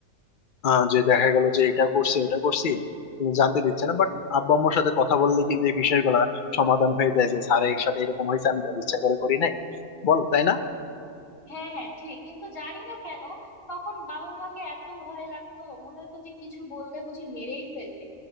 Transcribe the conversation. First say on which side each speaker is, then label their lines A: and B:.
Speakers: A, on the left; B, on the left.
A: আহ, যে দেখা গেল যে এটা করছি ওটা করছি তুমি জানতে দিচ্ছে না বাট আব্বা আম্মুর সাথে কথা বললে কিন্তু এই বিষয়গুলা সমাধান হয়ে যায় যে স্যারের সাথে এরকম হয়েছে আমি তার ইচ্ছা করে করি নাই বল তাই না
B: হ্যাঁ হ্যাঁ ঠিক কিন্তু জানি না কেন তখন বাবা মাকে এত ভয় লাগতো মনে হতো যে কিছু বললে বুঝি মেরেই ফেলবে